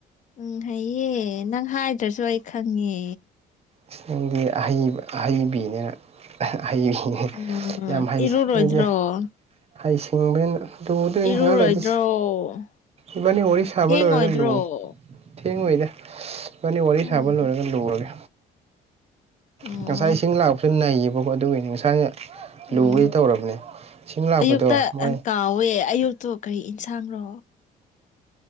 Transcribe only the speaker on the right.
ꯏꯁ ꯈꯪꯗꯦ ꯑꯍꯩ ꯑꯍꯩꯕꯤꯅꯦꯅ ꯑꯍꯩꯕꯤꯅꯤ
ꯌꯥꯝ ꯍꯩ
ꯗꯨꯗꯤ ꯍꯩꯁꯤꯡꯕꯅ ꯂꯨꯗꯣꯏꯅꯦ
ꯉꯍꯥꯛ ꯂꯩꯗꯤꯁ ꯏꯕꯥꯅꯤ ꯋꯔꯤ ꯁꯕ
ꯂꯣꯏꯔꯒ ꯂꯨꯋꯣ ꯊꯦꯡꯉꯣꯏꯗ ꯏꯕꯅꯤ ꯋꯥꯔꯤ
ꯁꯥꯕ ꯂꯣꯏꯔꯒ ꯂꯨꯔꯒꯦ
ꯉꯁꯥꯏ ꯏꯁꯤꯡ ꯂꯥꯛꯄꯁꯨ ꯅꯩꯌꯦꯕꯀꯣ ꯑꯗꯨꯒꯤꯅꯤ ꯉꯁꯥꯏꯅ
ꯂꯨꯒꯦ ꯇꯧꯔꯕꯅꯦ ꯁꯤꯡ ꯂꯥꯛꯄꯗꯣ
ꯃꯣꯏ